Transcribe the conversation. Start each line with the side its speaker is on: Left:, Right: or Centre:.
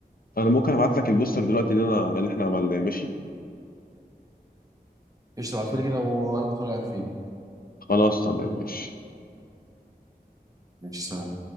Left: انا ممكن ابعت لك البوستر دلوقتي اللي انا اللي احنا عملناه ماشي
Right: ايش تبعتولي كده وقول لك رايك فيه
Left: خلاص تمام ماشي
Right: ماشي سلام